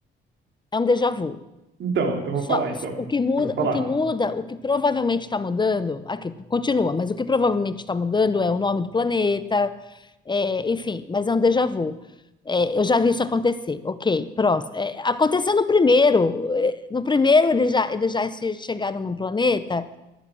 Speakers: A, on the left; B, on the right.
A: É um déjà vu.
B: Então, então eu
A: Só,
B: vou falar, então.
A: o que muda,
B: Então eu vou falar.
A: o que muda, o que provavelmente está mudando, aqui continua, mas o que provavelmente está mudando é o nome do planeta, é, enfim, mas é um déjà vu. É, eu já vi isso acontecer, ok, próximo. É, aconteceu no primeiro, é, no primeiro eles já, eles já se- chegaram num planeta